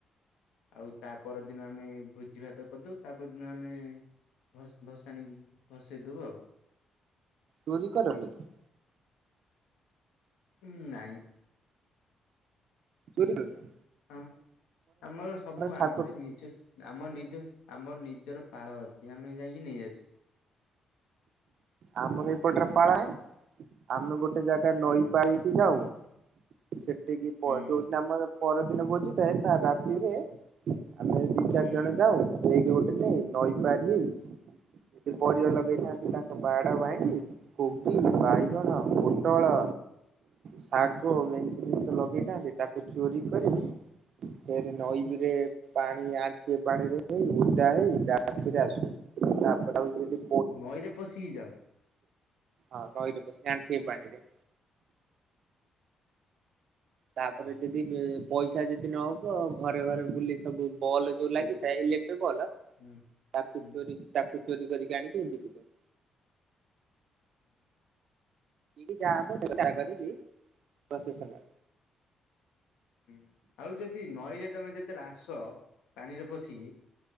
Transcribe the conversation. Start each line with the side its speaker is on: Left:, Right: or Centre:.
Left: ଆଉ ତା ପର ଦିନ ଆମେ ଭୋଜି ଭାତ କରିଦଉ, ତାପର ଦିନ ଆମେ ଭସ ଭସାଣି ଭସେଇ ଦଉ ଆଉ।
Right: ଭୋଜି କରନି କି?
Left: ଉଁ ନାଇଁ।
Right: ଚୋରିଗଲା
Left: ଆମ ଆମର ସବୁ
Right: ଠାକୁର
Left: ଆମରି ନିଜ ଆମ ନିଜ, ଆମ ନିଜର ପାଳ ଅଛି। ଆମେ ଯାଇକି ନେଇ ଆସୁ।
Right: ଆମର ଏଇପଟରେ
Left: ବୁଝିଲେ
Right: ପାଳ ନାହିଁ, ଆମେ ଗୋଟେ ଜାଗା ନଈ
Left: ହୁଁ
Right: ପାଣି ଯାଉଁ ସେଠିକି ପ
Left: ହୁଁ
Right: ଯୋ ଆମର ପରଦିନ ଭୋଜି ଥାଏ ତା ରାତିରେ ଆମେ ଦି ଚାରି
Left: ହୁଁ
Right: ଜଣ ଯାଉଁ ବେକ୍ ଗୋଟେ ନେ ନଈ ପାରି
Left: ହୁଁ
Right: ହେଇ ସେ ପରିବା ଲଗେଇଥାନ୍ତି ତା ବାଡ଼ ଭାଙ୍ଗି କୋବି, ବାଇଗଣ,
Left: ହୁଁ
Right: ପୋଟଳ ଶାଗ ମେଞ୍ଚେ ଜିନିଷ ଲଗେଇଥାନ୍ତି ତାକୁ ଚୋରି କରି ଫେରେ ନଈ ବିରେ ପାଣି ଆଣ୍ଠୁଏ ପାଣିରେ ହେଇ ଓଦା ହେଇ ରାତିରେ ଆସୁ ତାପରେ ଆଉ କିଏ ଦେ
Left: ନଈରେ ପଶିକି ଯାଅ?
Right: ହଁ ନଈ ରେ ପଶିକି ଆଣ୍ଠିଏ ପାଣିରେ। ତାପରେ
Left: ହଁ
Right: ଯଦି ବେ ପଇସା ଯଦି ନହବ ଘରେ ଘରେ ବୁଲି ସବୁ ବଲ୍ ଯୋଉ ଲାଗିଥାଏ ଇଲେକ୍ଟ୍ରି ବଲ୍
Left: ହୁଁ
Right: ତାକୁ
Left: ହୁଁ
Right: ଚୋରି ତାକୁ ଚୋରି କରିକି ଆଣିିକି ବିକିଦୋଉ।
Left: ହୁଁ
Right: କି ଯାହା ହବ ଚେଷ୍ଟା କରିବି <unintelligible>
Left: ହୁଁ ଆଉ ଯଦି ନଈରେ ତମେ ଯେତେବେଳେ ଆସ ପାଣିରେ ପଶିକି